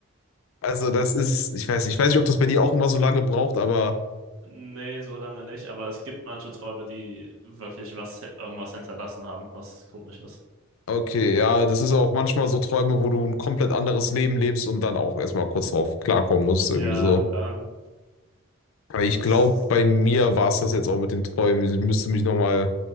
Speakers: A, on the left; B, on the right.
A: Also das ist, ich weiß nicht, ich weiß nicht, ob das bei dir auch immer so lange braucht, aber
B: Nee, so lange nicht, aber es gibt manche Träume, die wirklich was, irgendwas hinterlassen haben, was komisch ist.
A: okay, ja, das ist auch manchmal so Träume, wo du ein komplett anderes Leben lebst und dann auch erstmal kurz drauf klarkommen musst,
B: Ja,
A: irgendwie so.
B: ähm,
A: Aber
B: das
A: ich glaube,
B: ist,
A: bei mir war es das jetzt auch mit den Träumen. Ich müsste mich nochmal